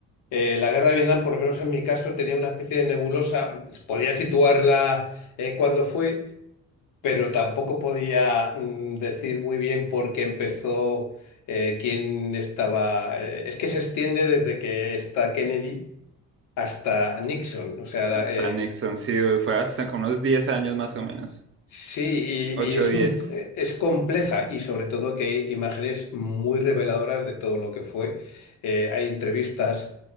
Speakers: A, on the left (about 85°); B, on the right (about 45°).
A: eh, la guerra de Vietnam, por lo menos en mi caso, tenía una especie de nebulosa, podía situarla eh, cuando fue, pero tampoco podía mm, decir muy bien por qué empezó, eh, quién estaba. eh, es que se extiende desde que está Kennedy hasta Nixon. O sea,
B: Hasta
A: eh,
B: Nixon, sí, güey, fue hasta como unos 10 años más o menos,
A: sí,
B: 8,
A: y, y es,
B: o 10.
A: un- es compleja y sobre todo que hay imágenes muy reveladoras de todo lo que fue. Eh, hay entrevistas.